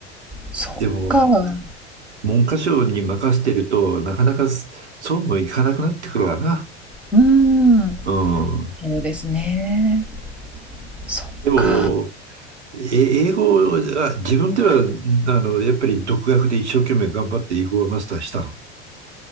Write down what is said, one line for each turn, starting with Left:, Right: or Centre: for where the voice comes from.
Centre: そっか。
Right: でも、
Centre: う
Right: 文科省に任せてると、なかなかそうもいかなくなってくるわな。
Centre: ーん。
Right: うん。
Centre: そうですね。そっか。
Right: でも、え英語は、自分では、あの、やっぱり独学で一生懸命頑張って英語をマスターしたの。